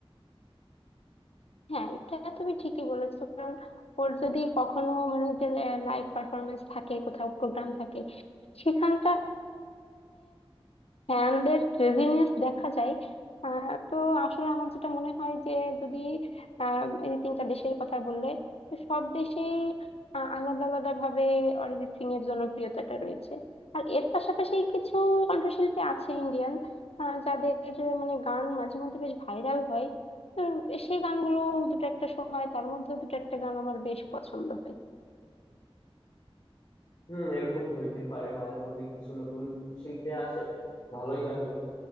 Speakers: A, on the left; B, on the left.
A: হ্যাঁ এটা তুমি ঠিকই বলেছো কারণ ওর যদি কখনো মানে যে লাইভ পারফরমেন্স থাকে কোথাও প্রোগ্রাম থাকে সেখানকার ফ্যানদের ক্রেজিনেস দেখা যায় আহ, তো আসলে আমার যেটা মনে হয় যে যদি আহ, এই যে তিনটা দেশের কথা বললে তো সব দেশেই আহ, আলাদা আলাদা ভাবে অরিজিৎ সিং এর জনপ্রিয়তাটা রয়েছে আর এর পাশাপাশি কিছু কণ্ঠশিল্পী আছে ইন্ডিয়ান যাদের আহ, মানে গান মাঝে মধ্যে বেশ ভাইরাল হয় তো সেই গানগুলো দুটো একটা শো হয় তার মধ্যেও দুটো একটা গান আমার বেশ পছন্দ হয়
B: হুম এরকম হইতে পারে মাঝে মধ্যে কিছু নতুন শিল্পী আসে ভালোই গান করে